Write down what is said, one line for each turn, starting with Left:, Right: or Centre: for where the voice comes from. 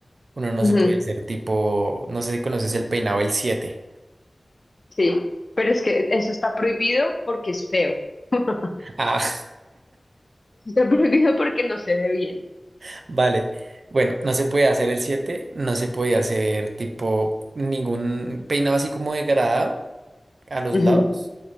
Right: Uno no
Left: Ujú,
Right: se puede hacer tipo, no sé si conoces el peinado el siete
Left: Sí, pero es que eso está prohibido porque es feo. <laughs>
Right: Ah,
Left: Está prohibido porque no se ve bien.
Right: <laughs> vale. Bueno, no se puede hacer el siete no se puede hacer tipo ningún peinado así como degradado a los
Left: Ujú.
Right: lados.